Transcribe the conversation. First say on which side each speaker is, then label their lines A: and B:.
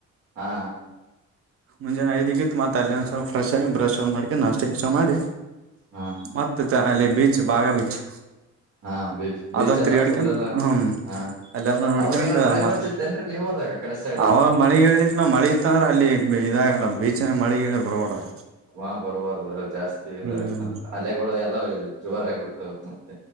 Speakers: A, on the right; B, on the right.
A: ಹಾ
B: ಮುಂಜಾನೆ ಐದಕ್ಕಿದು ಮತ್ತೆ ಅಲ್ಲಿ ಒಂದ್ ಫ್ರೆ್ ಆಗಿ ಬ್ರಶ್ ಅ್ ಮಾಡ್ಕ ನಾಷ್ಟಸ ಮಾಡಿ
A: ಹಾ
B: ಮತ್ತೆ ಅಲ್ಲಿ ಬೀಚ್ ಬಾಗ ಬೀಚ್
A: ಹಾ ಬೀಚ್ ಬೀಚ್
B: ಅದೊಂದು
A: ಎಲ್ಲ
B: ತಿರುಗಾಡಿಕಂತ
A: ಫುಲ್ ಎಲ್ಲ
B: ಹ್ಮ
A: ಹಾ
B: ಎಲ್ಲಾರ ನ ಪಿಡಿಕೊಂಡ
A: ಅವಾಗ ಏನಾರ ಮಳೆ
B: ಅಮ್ಮ
A: ಬರ್ತಿತ್ತೇನ್ರಿ ನೀವ್ ಹೋದಾಗ ಆ ಕಡೆ ಸೈಡ್
B: ಅವಾಗ ಮಳೆಗಳಿತ್ಲ ಮಳಿ ಇತ್ತ ಅಂದ್ರೆ ಅಲ್ಲಿ ಇದಾಗಲ್ಲ ಬೀಚಿನ ಮಳಿಗಿ ಪಬಡದೆ
A: ಹಾ ಬರ್ಬಾರ್ದು ಜಾಸ್ತಿ ಇ
B: ಹ್ಮ್
A: ಆಯ್ತ ಹಲೆಗಳು ಎಲ್ಲಾ ಜೋರ ಆಾಗಿಬಿಡ್ತವೆ ಮ